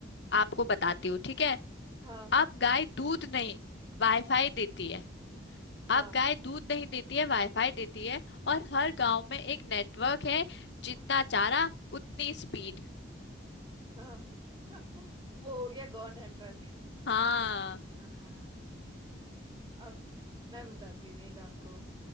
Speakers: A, on the left; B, on the right.
A: आपको बताती हूँ ठीक है
B: हाँ
A: आप गाय दूध नहीं वाईफाई देती है
B: हाँ
A: आप गाय दूध नहीं देती है वाईफाई देती है और हर गांव में एक नेटवर्क है जितना चारा उतनी स्पीड
B: हाँ <laughs> हाँ, वो हो गया गो नेटवर्क
A: हाँ
B: हाँ अब मैं बताती हूँ एक आपको